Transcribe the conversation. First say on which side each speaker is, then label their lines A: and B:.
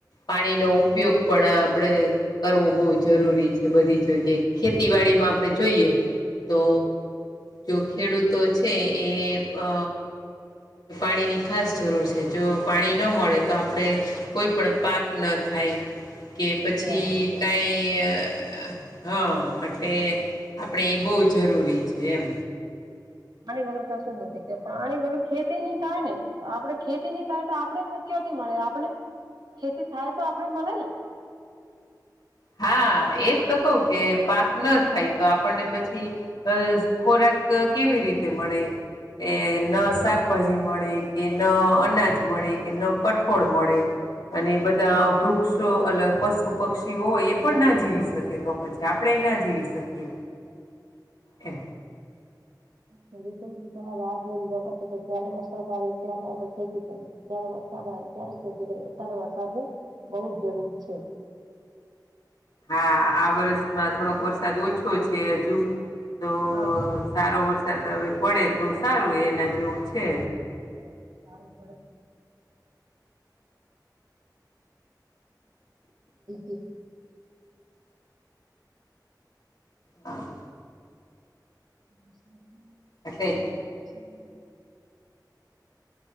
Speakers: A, on the left; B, on the right.
A: પાણીનો ઉપ ઉપયોગ આપણે કરવો બહુ જરૂરી છે બધી જગ્યાએ. ખેતીવાડીમાં આપણે જોઈએ. તો જો ખેડૂતો છે એ અ પાણી ની ખાસ જરૂર છે. જો પાણી ન મળે તો આપડે. કોઈ પણ પાક ન થાય કે પછી
B: બરાબર છે.
A: કઈ એ હા એટલે આપણે એ બહુ જરૂરી છે એમ.
B: પાણી વગર કશું નથી, કે પાણી વગર ખેતી ન થાય ને. આપડે ખેતી નહી થાય તો આપણેને કયોથી મળે, આપણે ખેતી થાય તો આપણે મળે ને.
A: હા એજ તો કવ કે પાક ન થાય તો આપણને પછી અ ખોરાક કેવી રીતે મળે, એ ન શાક શાકભાજી મળે કે ન અનાજ મળે કે ન કઠોળ મળે. અને બધા વૃક્ષો અને પશુ પક્ષી એ પણ ના જીવી શકે તો પછી આપણે ના જીવી શકીએ એમ.
B: આ વર્ષે તો બધા રાહ જોતા છે કે, ક્યારે રસાદાર આવે ને ક્યારે આપણે ખેતી કરીએ. જ્યારે વરસાદ આવે ત્યારે ખેતી કરીએ ત્યારે વરસાદની, બહુજ જરૂર છે.
A: આ વર્ષમાં થોડોક વરસાદ ઓછો છે, હજુ, તો
B: હા.
A: સારો વરસાદ હવે પડે તો સારું એના જેવું છે.
B: હા સારું પડે. <unintelligible>
A: હા.
B: હ વરસાદ આવે
A: એટલે.
B: વરસાદ આવે